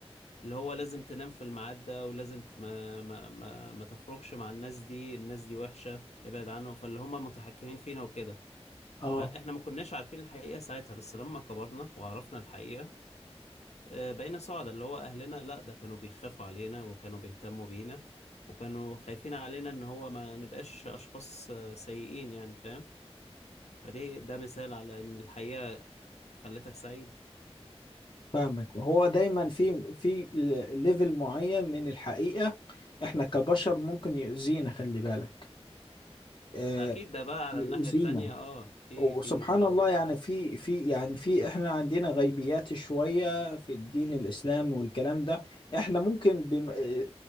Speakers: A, on the left (about 85°); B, on the left (about 45°).
A: اللي هو لازم تنام في الميعاد ده ولازم ت... ما... ما ما ما تخرجش مع الناس دي الناس دي وحشة ابعد عنهم فاللي هم متحكمين فينا وكده
B: اه
A: فاحنا ما كناش عارفين الحقيقة ساعتها بس لما كبرنا وعرفنا الحقيقة آه، بقينا سعداء اللي هو اهلنا لا ده كانوا بيخافوا علينا وكانوا بيهتموا بينا وكانوا خايفين علينا ان هو ما نبقاش اشخاص آه، سيئين يعني فاهم فدي ده مثال على ان الحقيقة خلتك سعيد
B: فاهمك هو دايما في في ل- ليفل معين من الحقيقة احنا كبشر ممكن يؤذينا خلي بالك آه،
A: اكيد ده بقى على
B: يؤذينا
A: الناحية التانية اه في
B: وسبحان
A: في طبعا
B: الله يعني في في يعني في احنا عندنا غيبيات شوية في الدين الإسلام والكلام ده احنا ممكن بم- آه،